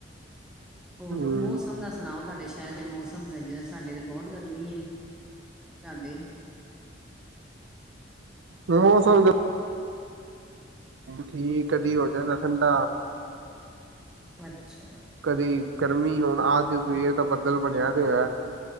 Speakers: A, in the centre; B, on the right.
A: ਹੋਰ
B: ਹੂੰ
A: ਮੌਸਮ ਦਾ ਸੁਣਾਓ, ਤੁਹਾਡੇ? ਸ਼ਹਿਰ ਦੇ ਮੌਸਮ ਗਜਾ ਸਾਡੇ ਤਾਂ, ਬਹੁਤ ਗਰਮੀ ਹੈ, ਸਾਡੇ
B: ਮੌਸਮ ਤੇ ਠੀਕ ਹੈ, ਕਦੀ ਹੋ ਜਾਏਗਾ ਠੰਡਾ
A: ਅੱਛਾ
B: ਕਦੀ ਗਰਮੀ ਹੁਣ ਆਜ ਸਵੇਰ ਦਾ ਬੱਦਲ ਬਣਿਆ ਪਿਆ ਤੇ, ਹੋਯਾ